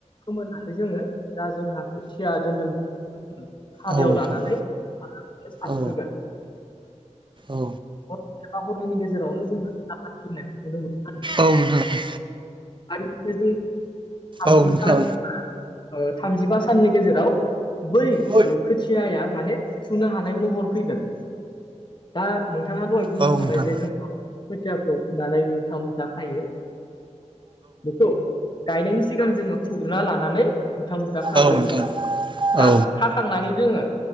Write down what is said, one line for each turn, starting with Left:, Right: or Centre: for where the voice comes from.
Left: खोमोननानै जोङो दा जोंहा खोथिया दोन्दोंमोन खादायाव
Right: औ नोंथां
Left: लानानै आरामनो सारस्रोगोन
Right: औ औ
Left: ओ हनै हरनैनि गेजेरावनो जोङो आबाद खिलिनायखौ नुनो मोनो आरो
Right: औ नोंथां
Left: आरो बिनो जों थामजि
Right: औ नोंथां औ नोंथां
Left: सान एबा थामजिबा ओ साननि गेजेराव बै
Right: औ
Left: ओ खोथियाया माने फुनो हानाय महर फैगोन दा नोंथाङा दहाय बुंलांखाबाय
Right: औ नोंथां
Left: जे जोंआ खोथिया फुनानै मुथा-मुथा खायो। बेखौ गायनायनि सिगां जोङो फुग्रोना लानानै मुथा मु दा खाग्रोयो
Right: औ नोंथां
Left: दा
Right: औ
Left: खा थांनानै जोङो